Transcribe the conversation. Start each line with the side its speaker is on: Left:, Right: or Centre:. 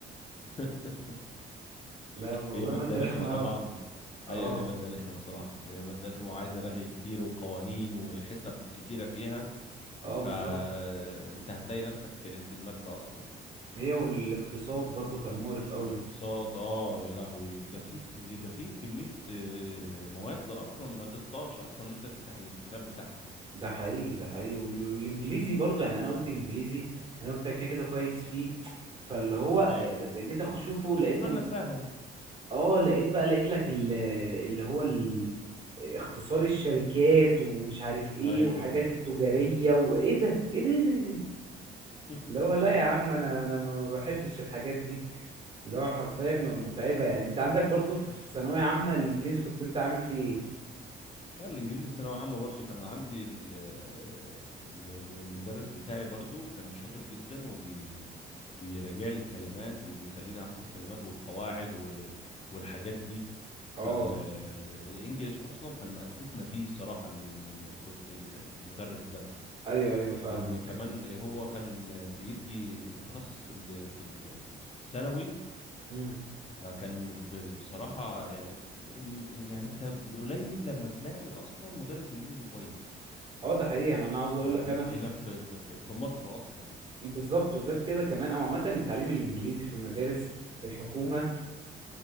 Left: <laughs>
Right: لا والله
Left: هي ماده
Right: مادة
Left: رخمه
Right: رخمة
Left: طبعا
Right: أوي.
Left: ايوه
Right: اه
Left: هي ماده رخمه الصراحه هي ماده رخمه وعايزه رغي كتير وقوانين وحسب كتيره فيها
Right: اه
Left: فانت
Right: بالظبط
Left: هتلاقي نفسك كرهت الماده اصلا
Right: هي والاقتصاد برضو كان مقرف قوي
Left: والاقتصاد اه يا لهوي ده في ده في كميه آه، مواد اصلا ما تطاش اصلا إن انت تفتح الكتاب بتاعها
Right: ده حقيقي ده حقيقي وال- والانجليزي برضو يعني انا قلت انجليزي انا قلت كده كده كويس فيه فاللي هو آه،
Left: ايوه
Right: جيت اخش اشوفه
Left: بالنسبه
Right: لقيته
Left: لنا سهل
Right: اه لقيت بقى لقيت لك ال- اللي هو ال- اختصار الشركات ومش عارف ايه
Left: ايوه
Right: وحاجات التجارية وايه ده ايه ده ايه ده ايه ده إيه ده؟
Left: <laughs>
Right: اللي هو لا يا عم انا انا ما بحبش الحاجات دي اللي هو حرفيا متعبة يعني انت عندك برضو في في ثانوية عامة الانجليزي كنت انت عامل فيه ايه
Left: لا الانجليزي في ثانويه عامه برضو كان عندي ال- الم- المدرس بتاعي برضو كان شاطر جدا وبي بيراجع لي الكلمات وبيخليني احفظ كلمات والقواعد و... والحاجات دي
Right: اه
Left: فالانجليش اصلا كان مأسسنا فيه الصراحه ال- ال- الدكت... ال- المدرس ده
Right: ايوه ايوه فاهمك
Left: لان كمان هو كان بيدي متخصص في ال... في ال... في الثانوي
Right: امم
Left: فكان ب- بصراحة يعني يعني انت بالقليل لما تلاقي اصلا مدرس انجليزي كويس
Right: اه ده حقيقي انا انا عاوز اقول
Left: عندك
Right: لك انا في
Left: هنا في في في في مصر اصلا
Right: بالظبط وغير كده كمان او عامة التعليم الانجليزي في المدارس الحكومة